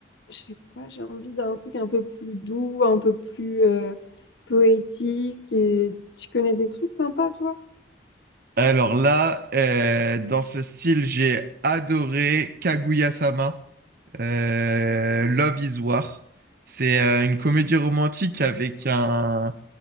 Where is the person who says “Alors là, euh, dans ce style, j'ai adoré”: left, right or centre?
Right